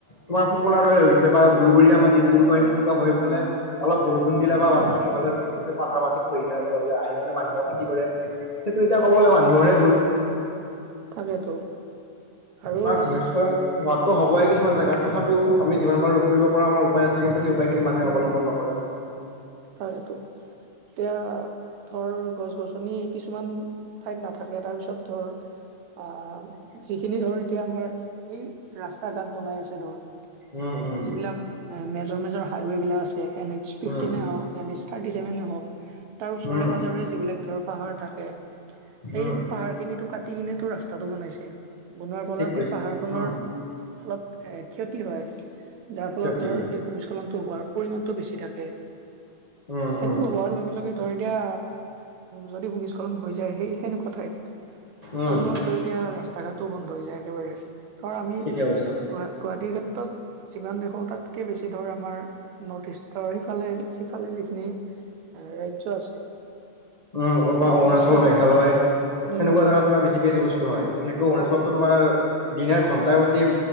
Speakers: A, on the left (about 45°); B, on the right (about 75°).
A: তোমাৰ ফোপোলাৰ দৰে হৈ গৈছে বা গুৰ মাটি <unintelligible> হৈ ফালে অলপ বৰষুণ দিলে বা বানপানী হ'লে তোমাৰ গোটেই পাহাৰ মাটি খহি আহে, আহি মানে মানুহৰ ক্ষতি কৰে। সেইটো এতিয়া কব গ'লে মানুহৰে ভুল।
B: তাকেতো। আৰু
A: বা ভূমিস্খলন হোৱাতো হ'বই কিছুমান জোগাত। তথাপিও আমি যিমান পাৰো ৰোধ কৰিব পৰাৰ আমাৰ উপায় আছে। কিন্তু সেই উপায়খিনি মানু্হে
B: উম
A: অৱলম্বন
B: উম
A: নকৰে।
B: তাকেতো। এতিয়া ধৰ গছ গছনি কিছুমান ঠাইত নাথাকে। তাৰপিছত ধৰ আ যিখিনি ধৰ এতিয়া আমাৰ এই ৰাস্তা ঘাট বনাই আছে ধৰ।
A: উম, উম,
B: যিবিলাক মেজৰ মেজৰ হাইৱেবিলাক আছে, এন এইচ ফিপ্তিন
A: উম,
B: এ হওঁক এন এচ থাৰ্টি চছেভেনে হওঁক, তাৰ ওচৰে
A: উম,
B: পাজৰে যিবিলাক ধৰ পাহাৰ থাকে। সেই
A: উম,
B: পাহাৰখিনিটো কাটি কিনেতো ৰাস্তাটো বনাইছে। বনোৱাৰ ফলত
A: ঠিক কৈছ
B: সেই পাহাৰখনৰ
A: উম,
B: অলপ এ ক্ষতি হয়। যাৰ ফলত
A: ক্ষতি
B: ধৰ
A: হয়।
B: এই ভূমিস্খলনতটো হোৱাৰ পৰিমানটো বেছি থাকে।
A: উম,
B: সেইটো
A: উম,
B: হোৱাৰ লগে লগে ধৰ এতিয়া যদি ভূমিস্খলন হৈ যায় সেই সেনেকুৱা ঠাইত।
A: উম,
B: তাৰ ফলত ত' এতিয়া ৰাস্তা ঘাটও বন্ধ হৈ যায় একেবাৰে। কাৰণ আমি
A: ঠিকে কৈছা।
B: গুৱাহাটীৰ ক্ষেত্ৰত যিমান দেখো তাতকে বেছি ধৰ আমাৰ নৰ্থ ইষ্টৰ সিফালে সিফালে যিখিনি ৰাজ্য আছে।
A: উম, অৰুৱা-অৰুণাচল
B: মানে নৰ্থ ইষ্টৰ
A: মেঘালয়
B: যি উম
A: সেনেকুৱা
B: উম
A: জেগাত পুৰা বেছিকে এইটো বস্তু হয়। বিশেষকৈ অৰুণাচলতো
B: তাকে
A: তোমাৰ দিনে ঘন্টাই প্ৰতি